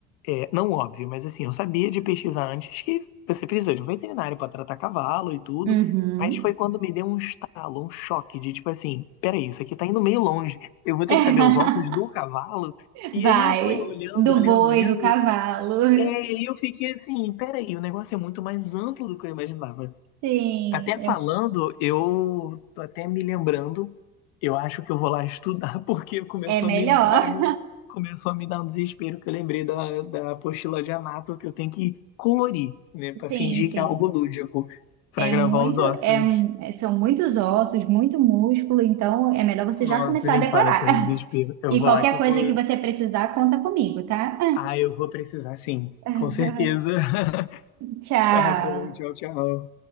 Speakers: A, on the left (about 80°); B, on the right (about 65°).
A: é, não óbvio, mas assim, eu sabia de pesquisar antes que você precisa de um veterinário pra tratar cavalo e tudo.
B: Uhum.
A: Mas foi quando me deu um estalo, um choque de tipo assim, peraí, isso aqui tá indo meio longe. Eu vou ter
B: <laughs>
A: que saber os ossos do cavalo. E
B: Vai,
A: aí eu fui olhando,
B: do
A: olhando,
B: boi,
A: olhando.
B: do cavalo. <laughs>
A: É, e eu fiquei assim, peraí, o negócio é muito mais amplo do que eu imaginava.
B: Sim,
A: Até falando, eu tô até me lembrando, eu acho que eu vou lá estudar, <laughs> porque começou
B: é, é melhor.
A: a me dar um, começou a me dar um desespero que eu lembrei da, da apostila de Anato que eu tenho que colorir, né, Pra
B: Sim,
A: fingir
B: sim.
A: que é algo lúdico, pra
B: É
A: gravar
B: muito,
A: os ossos.
B: é, um- é, são muitos ossos, muito músculo, então é melhor você
A: Nossa,
B: já começar
A: nem
B: a decorar.
A: fala, eu tô
B: <laughs>
A: em desespero. Eu
B: E
A: vou
B: qualquer
A: lá que eu
B: coisa
A: vou.
B: que você precisar, conta comigo, tá?
A: Ah, eu vou precisar sim,
B: <laughs>
A: com certeza. <laughs>
B: Tchau.
A: Tá bom, tchau, tchau.